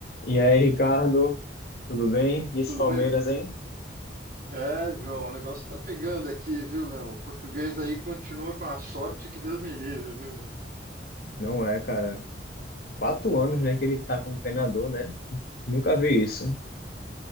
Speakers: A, on the left (about 60°); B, on the right (about 50°).
A: E aí, Ricardo, tudo bem? E esse
B: Tudo
A: Palmeiras,
B: bem?
A: hein?
B: É, João, o negócio tá pegando aqui, viu, meu? O português aí continua com a sorte que Deus me livre, viu? meu?
A: Não é, cara. Quatro anos, né, que ele tá como treinador, né? Nunca vi isso.